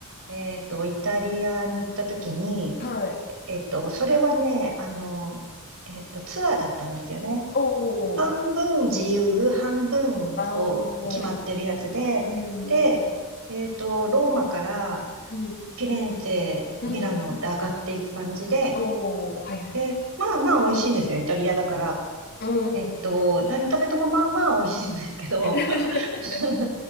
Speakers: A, on the right; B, on the left.
A: えっと、イタリアに行った時に、
B: はい。
A: えっと、それはね、あの、えっと、ツアーだったんですよね。
B: おー。
A: 半分自由、半分こう、
B: ああ、
A: 決まってるやつで、
B: いいですね。うん。
A: で、えっと、ローマから
B: うん。
A: フィレンツェ、
B: うん。
A: ミラノで上がっていく感じで、
B: おー。はいはい。
A: で、まあまあ美味しいんですよ、イタリアだから。
B: うん。
A: えっと、何食べてもまあまあ美味しいんですけど、
B: <laughs>
A: <laughs>